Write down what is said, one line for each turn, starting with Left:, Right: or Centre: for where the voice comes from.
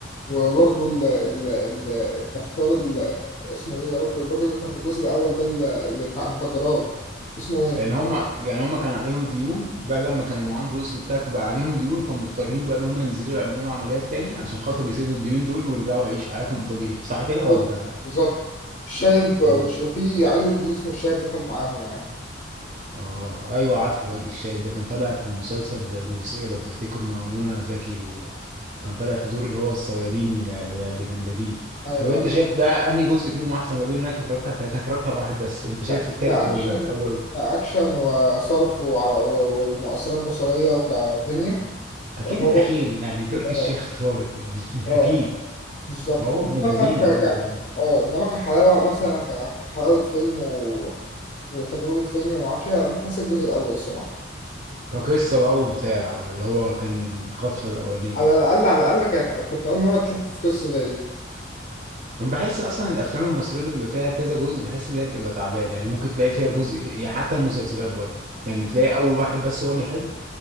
Left: وبرضه ال- ال- ال- المختار ال- اسمه ايه يا رب الراجل اللي كان في الجزء الاول ده ال- اللي بتاع المخدرات اسمه ايه؟
Right: لان هم يعني هم كان عليهم ديون بقى لما كانوا معاهم فلوس وبتاع بقى عليهم ديون فمضطرين بقى ان هم ينزلوا يعملوا عمليات تاني عشان خاطر يسدوا الديون دول ويرجعوا يعيشوا حياتهم طبيعي صح كده
Left: بالظبط
Right: ولا
Left: بالظبط. الشايب وش-
Right: مم.
Left: وفي عيل اللي اسمه الشايب دخل معاهم يعني
Right: اه ايوه عارف الواد الشايب ده كان طالع في مسلسل الوصية لو تفتكر مع منى زكي وكان طالع في دور اللي هو الصيادين ولا ولا ده كان لذيذ
Left: ايوه
Right: طب انت
Left: ايوه
Right: شايف ده انهي جزء فيهم احسن ما بين انك اتفرجت على ثلاثة اتفرجت على واحد بس انت شايف
Left: ك-
Right: التالت
Left: كأكشن
Right: ولا الاول
Left: كأكشن وصرف وعلى و- ومؤثرات بصرية وكدنيا
Right: اكيد
Left: هو
Right: الاخير يعني تركي
Left: اه
Right: الشيخ صارف يعني <laughs>
Left: اه
Right: اكيد
Left: بالظبط
Right: ما هو
Left: انما
Right: ابن لذينه
Left: مثلا ك
Right: برضه
Left: ك
Right: بين
Left: اه انما كحلاوة مثلا ك- كحلاوة فيلم و... وتجربة فيلم ومعرفش إيه، انا حاسس الجزء الاول الصراحة
Right: قصه بقى وبتاع اللي هو كان خطفه الاولانيه
Left: على الأقل على الأقل كانت كنت أول مرة تشوف قصة زي دي
Right: انا بحس اصلا الافلام المصريه اللي بيبقى فيها كذا جزء بحس ان هي بتبقى تعبانه يعني ممكن تلاقي فيها جزء يعني حتى المسلسلات برضه يعني بتلاقي اول واحد بس هو اللي حلو